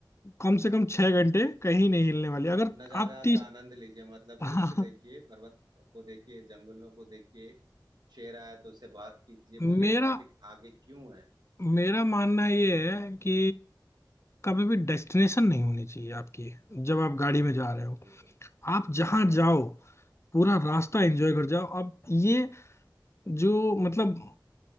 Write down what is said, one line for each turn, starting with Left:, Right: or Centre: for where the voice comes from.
Left: कम से कम छह घंटे कहीं नहीं हिलने वाली अगर
Right: नजारा
Left: आप तीस
Right: का आनंद लीजिए मतलब
Left: <laughs> हाँ
Right: दृश्य देखिए पर्वत को देखिए जंगलों को देखिए शेर आए तो उससे बात कीजिए
Left: मेरा
Right: बोलिए ट्रैफिक आगे क्यों है
Left: मेरा मानना ये है कि कभी भी डेस्टिनेशन नहीं होनी चाहिए आपकी जब आप गाड़ी में जा रहे हो
Right: बिल्कुल
Left: आप जहां जाओ पूरा रास्ता एंजॉय कर जाओ अब ये जो मतलब